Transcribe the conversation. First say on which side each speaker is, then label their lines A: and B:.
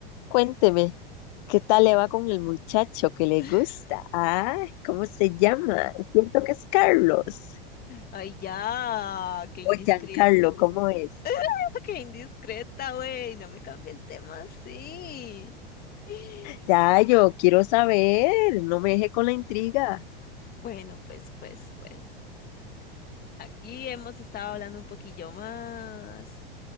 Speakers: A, on the left (about 50°); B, on the left (about 30°).
A: cuénteme. ¿Qué tal le va con el muchacho que le
B: <laughs>
A: gusta? Ah, ¿cómo se llama? Siento que es Carlos.
B: Ay, ya, qué indiscreta,
A: O Giancarlo, ¿cómo es?
B: <laughs> qué indiscreta, güey, no me cambie el tema así. <sighs>
A: Ya, yo quiero saber. No me deje con la intriga.
B: Bueno, pues, pues, pues, aquí hemos estado hablando un poquillo más.